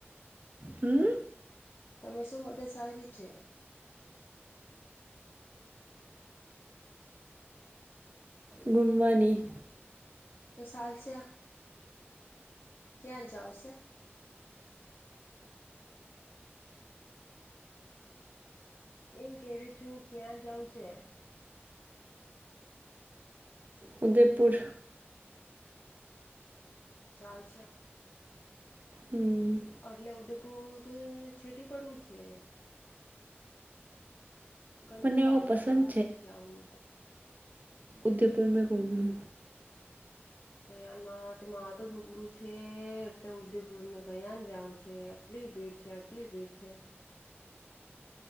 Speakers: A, on the right; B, on the left.
A: હમ.
B: તમે શું મદદ આવીરી છે?
A: ગુમવાની.
B: તો સાલ છે, ક્યાં જાઉ છે? એમ કે છું ક્યાં જઉં છે?
A: ઉદયપુર.
B: ચાલ છે.
A: હમ.
B: એટલે ઉદેપુર તુ છેટી પડવું છે ઘંટુ
A: મને
B: લાગુ
A: એવો પસંદ
B: છે ઉદયપુર જાઉન ત
A: ઉધમપુર મે ઘુમનું
B: અયાર માર તો માથું દુખરું છે. એ એટલે ઉદયપુર મે કયા ને જાવ છે આટલી ભીડ છે. આટલી ભીડ છે